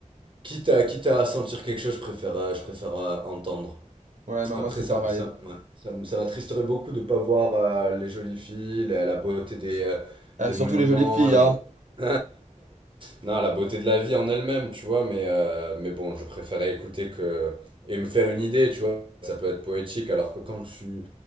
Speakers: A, on the right; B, on the right.
A: quitte à, quitte à sentir quelque chose, je préfère, euh, je préfère euh, entendre.
B: Ouais, bah
A: Après,
B: moi c'est
A: ça,
B: pareil.
A: ça, ouais, ça, me- ça m'attristerait beaucoup de ne pas voir euh, les jolies filles, la, la beauté des, euh,
B: Ah,
A: des
B: surtout
A: monuments,
B: les jolies filles,
A: la,
B: hein.
A: beau- <laughs> non, la beauté de la vie en elle-même, tu vois. Mais, euh, mais bon, je préférais écouter que... et me faire une idée, tu vois. Ça peut être poétique, alors que quand tu,